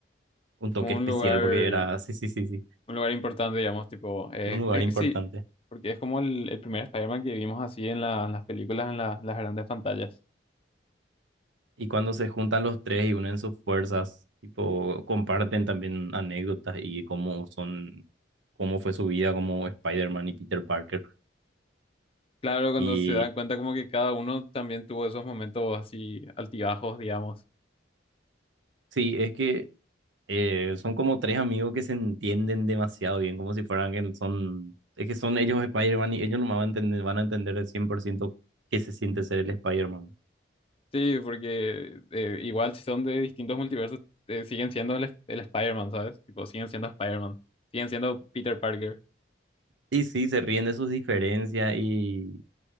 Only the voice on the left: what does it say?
Como
un lugar,
un lugar importante, digamos, tipo, eh,
eh,
sí, porque es como el, el primer Spider-Man que vimos así en la- en las películas, en la- las grandes pantallas.
Claro, cuando
se dan cuenta como que cada uno también tuvo esos momentos así altibajos, digamos.
Sí, porque eh, igual si son de distintos multiversos, eh, siguen siendo el, el Spider-Man, ¿sabes? Tipo, siguen siendo Spider-Man. Siguen siendo Peter Parker.